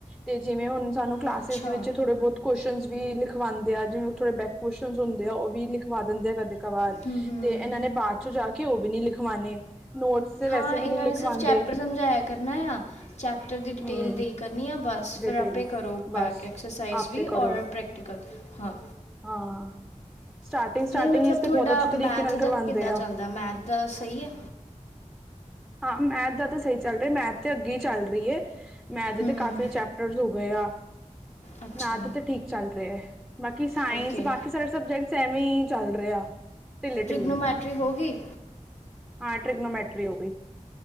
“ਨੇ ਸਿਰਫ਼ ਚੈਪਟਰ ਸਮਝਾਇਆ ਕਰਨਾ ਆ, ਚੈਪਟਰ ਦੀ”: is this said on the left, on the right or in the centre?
Left